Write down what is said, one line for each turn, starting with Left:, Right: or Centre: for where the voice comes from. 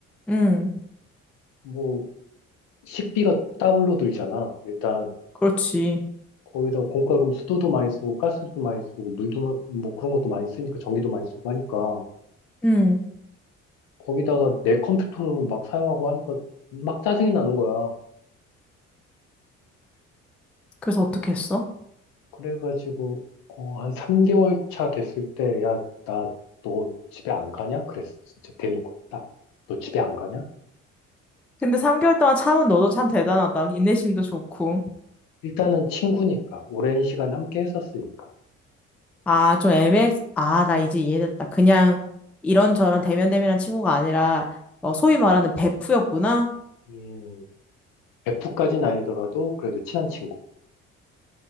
Centre: 음,
Left: 뭐, 식비가 따블로 들잖아. 일단,
Centre: 그렇지.
Left: 거기다 공과금 수도도 많이 쓰고, 가스도 많이 쓰고, 물도, 뭐 그런 것도 많이 쓰니까, 전기도 많이 쓰고 하니까.
Centre: 음.
Left: 거기다가 내 컴퓨터를 막 사용하고 하니까 막 짜증이 나는 거야.
Centre: 그래서 어떻게 했어?
Left: 그래가지고, 어, 한 3개월 차 됐을 때, 야, 나, 너 집에 안 가냐? 그랬어. 진짜 대놓고 딱. 너 집에 안 가냐?
Centre: 근데 3개월 동안 참은 너도 참 대단하다. 인내심도 좋고.
Left: 일단은 친구니까, 오랜 시간 함께 했었으니까.
Centre: 아, 좀 애매, 아, 나 이제 이해됐다. 그냥 이런저런 대면대면한 친구가 아니라 어, 소위
Left: 어,
Centre: 말하는 베프였구나.
Left: 음, 베프까 아니더라도 그래도 친한 친구.